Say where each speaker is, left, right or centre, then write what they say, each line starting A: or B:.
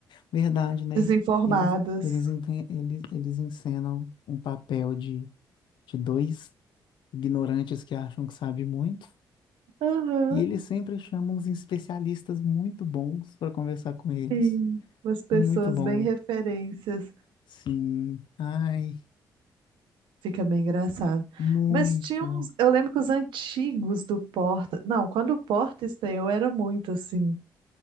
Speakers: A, on the left (about 75°); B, on the right (about 80°).
A: Verdade, né?
B: desinformadas.
A: Eles, eles, enten- eles, eles encenam um papel de, de dois ignorantes que acham que sabem muito,
B: Aham,
A: e eles sempre chamam uns especialistas muito bons para conversar com eles.
B: sim. Umas pessoas
A: É muito bom.
B: bem referências.
A: Sim. Ai,
B: Fica bem engraçado.
A: muito.
B: Mas tinha uns. Eu lembro que os antigos do Porta. Não, quando o Porta estreou, era muito assim.